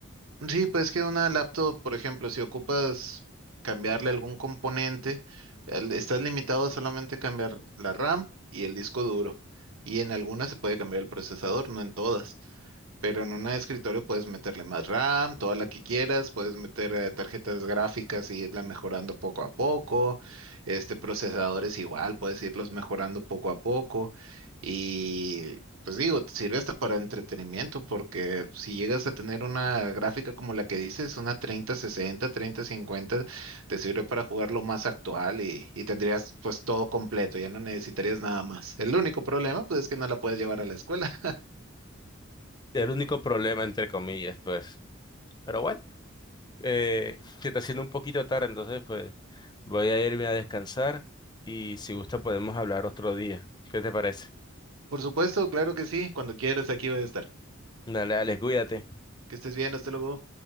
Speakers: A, on the right; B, on the left.
A: Sí, pues que una laptop, por ejemplo, si ocupas cambiarle algún componente, el- estás limitado a solamente cambiar la RAM y el disco duro. Y en algunas se puede cambiar el procesador, no en todas. Pero en un escritorio puedes meterle más RAM, toda la que quieras, puedes meter eh, tarjetas gráficas y irla mejorando poco a poco, este procesadores igual, puedes irlos mejorando poco a poco y pues digo, te sirve hasta para entretenimiento porque si llegas a tener una gráfica como la que dices, una 3060, 3050, te sirve para jugar lo más actual y, y tendrías pues todo completo, ya no necesitarías nada más. El único problema pues es que no la puedes llevar a la escuela.
B: Es el único problema, entre comillas, pues. Pero bueno, eh, se está haciendo un poquito tarde, entonces pues voy a irme a descansar y si gusta podemos hablar otro día. ¿Qué te parece?
A: Por supuesto, claro que sí. Cuando quieras, aquí voy a estar.
B: Dale, Alex, cuídate.
A: Que estés bien, hasta luego.